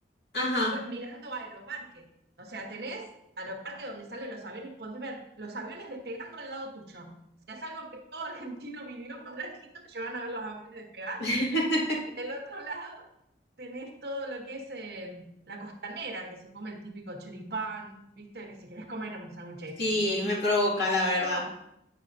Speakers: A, on the left (about 70°); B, on the right (about 65°).
A: ajá.
B: co- mirando Aeroparque. O sea, tenés Aeroparque donde salen los aviones, podés ver los aviones despegando al lado tuyo. O sea, es algo que todo argentino vivió cuando era chiquito, te llevaban a ver los aviones despegar.
A: <laughs>
B: Y del otro lado tenés todo lo que es eh, la costanera, que se come el típico choripán, ¿viste? Que si querés comer un sándwich
A: Sí,
B: bien
A: me provoca,
B: hecho,
A: la verdad.